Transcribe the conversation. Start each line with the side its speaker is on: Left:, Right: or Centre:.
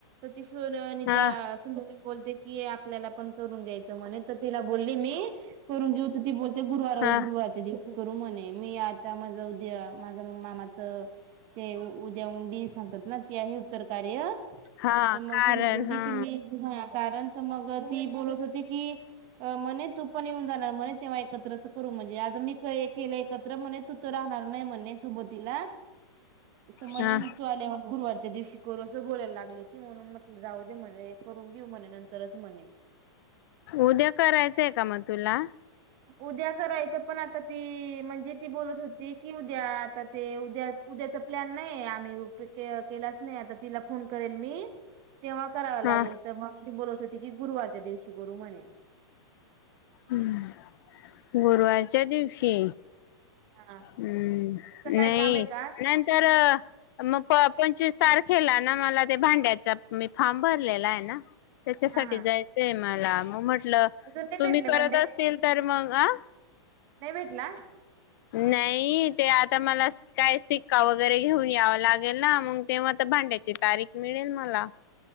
Right: तिथूनिता
Left: हा
Right: सुध बोलते की आपल्याला पण करून घ्यायचं म्हणे तर तिला बोल मी करून घेऊ ती बोलते गुरुवार
Left: हा
Right: गुरुवारचे दिवस करू म्हणे मी आता माझ उद्या माझं म मामाचं ते उद्या उंडी सांगतात ना ती आहे उत्तर कार्य
Left: हा
Right: तर मग
Left: कारण
Right: तिने बोलली
Left: हा.
Right: की मी कारण तर मग ती बोलत होती की म्ह तू पण येऊन जाणार म्ह तेव्हा एकत्र करू म्हणजे आ मी केलं एकत्र म्हणे तू तर राहणार नाही म्हणणे सोबतीला तर मणे
Left: हा
Right: तू आल्यावर गुरवार च्या दिवशी करू असं बोलायला लागले ती म्हणून म्हट जाऊ दे म्हणे करून घेऊ म्हणे नंतरच म्हणे
Left: उद्या करायचंय का मग तुला
Right: उद्या करायचं पण आता ती म्हणजे ती बोलत होती की उद्या आता ते उद्या उद्याचा प्लॅन नाही आम्ही केलाच नाही आता तिला फोन करेल मी तेव्हा कराव लागेल
Left: हा
Right: तर मग ती बोलत होती की गुरुवारच्या दिवशी गुरु म्हणे
Left: हम् गुरुवारच्या दिवशी
Right: हा
Left: हम्म
Right: तुमचं काय
Left: नाही
Right: काम आहे का
Left: नंतर मग पंचवीस तारखेला ना मला ते भांड्याचा मी फारम भरलेला आहे ना त्याच्यासाठी
Right: हा हा
Left: जायचंय. मला मग म्हटलं
Right: अजून नाही
Left: तुम्ही
Right: भेटले भांडे
Left: करत असतील तर मग अ
Right: नाही भेटला?
Left: नाही ते आता मला काय सिक्का वगैरे घेऊन यावां लागेल ना, मग ते आता भांड ची तारीख मिळेल मला.